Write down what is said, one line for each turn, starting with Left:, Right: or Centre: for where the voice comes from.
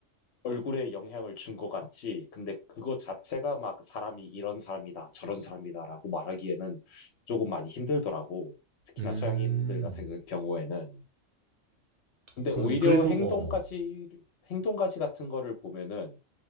Left: 얼굴에 영향을 준 것 같지. 근데 그거 자체가 막 사람이 이런 사람이다, 저런 사람이다라고 말하기에는 조금 많이 힘들더라고. 특히나
Right: 음,
Left: 서양인들 같은 그 경우에는. 근데
Right: 그러네.
Left: 오히려
Right: 그래도,
Left: 행동까지,
Right: 어, 어.
Left: 행동까지 같은 거를 보면은